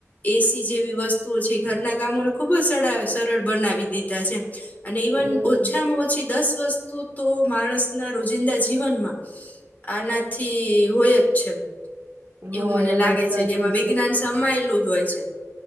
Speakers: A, on the left; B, on the right.
A: એસી જેવી વસ્તુઓ છે. ઘરના કામોને ખુબ જ સરળ બનાવી દીધા છે. અને ઇવન
B: હમ
A: ઓછામાં ઓછી દસ વસ્તુ તો માણસ ના રોજિંદા જ જીવનમાં આનાથી હોય જ છે.
B: હા
A: એવું મને
B: એ
A: લાગે
B: વાત સાચી
A: છે કે એમાં વિજ્ઞાન સમાયેલું જ હોય છે.